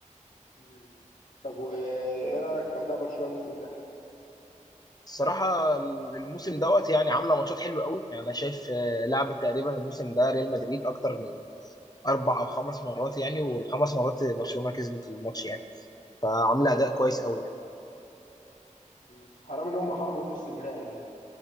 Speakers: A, on the left; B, on the left.
A: مم. طب وايه رايك في اداء برشلونه الموسم ده
B: الصراحه الموسم دوت يعني عامله ماتشات حلوه قوي يعني انا شايف آه، لعبت تقريبا الموسم ده ريال مدريد اكتر من اربع او خمس مرات يعني والخمس مرات برشلونه كسبت الماتش يعني فعامله اداء كويس قوي يعني
A: مم. حرام ان هم خرجوا في نص النهائي دي